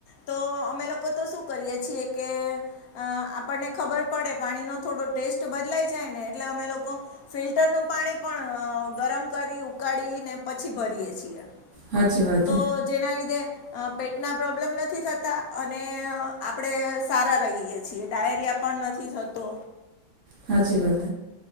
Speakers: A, on the left (about 70°); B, on the right (about 55°).
A: તો અમે લોકો તો શું કરીએ છીએ કે અ આપણને ખબર પડે પાણીનો થોડો ટેસ્ટ બદલાય જાય ને એટલે અમે લોકો ફિલ્ટરનું પાણી પણ અ ગરમ કરી ઉકાળ ને પછી ભરીએે છીએ
B: સાચી વાત
A: તો
B: હે
A: જેના લીધે અ પેટના પ્રોબ્લેમ નથી થતા અને આપણેે સારા રહીએ છીએ ડાયરિયા પણ નથી થતો
B: સાચી વાત